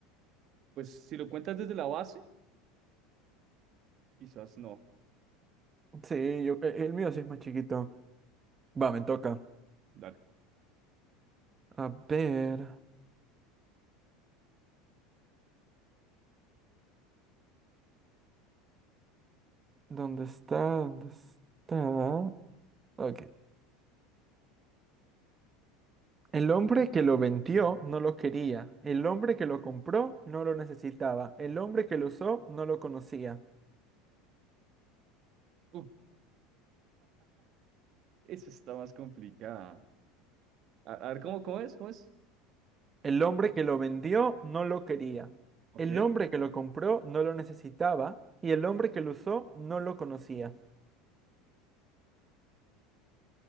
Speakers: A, on the right; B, on the right.
A: pues si lo cuentas desde la base, quizás no.
B: Sí, yo, el, el mío sí es más chiquito. Va, me toca.
A: Dale.
B: A ver, ¿dónde está? ¿Dónde está? Ok. El hombre que lo vendió no lo quería. El hombre que lo compró no lo necesitaba. El hombre que lo usó no lo conocía.
A: Uf, Esa está más complicada. A, a ver, ¿cómo, cómo es? ¿Cómo es?
B: El hombre que lo vendió no lo quería.
A: Ok.
B: El hombre que lo compró no lo necesitaba. Y el hombre que lo usó no lo conocía.